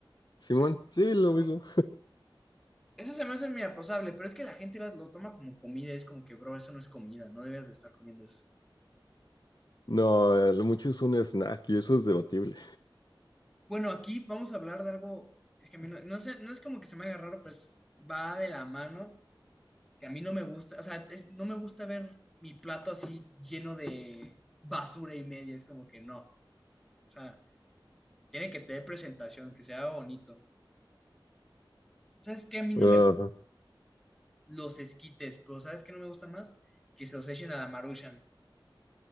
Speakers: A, on the left; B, in the centre.
A: Simón,
B: Sí.
A: sí, lo
B: No,
A: mismo.
B: Eso se me hace muy aposable, pero es que la gente las- lo toma como comida. Es como que, bro, eso no es comida, no debías de estar comiendo eso.
A: No, eh, lo mucho es un snack y eso es debatible.
B: Bueno, aquí vamos a hablar de algo. Es que a mí no, no sé, no es como que se me haga raro, pues va de la mano, que a mí no me gusta. O sea, es- no me gusta ver mi plato así lleno de basura y media. Es como que no. O sea, tiene que tener presentación, que sea bonito. ¿Sabes qué? A mí no
A: Ajá.
B: me los esquites, pero ¿sabes qué no me gusta más? Que se los echen a la Maruchan.